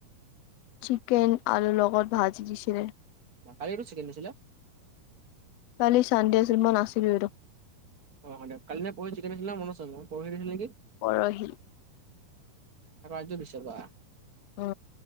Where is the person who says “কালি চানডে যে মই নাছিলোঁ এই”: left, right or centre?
Left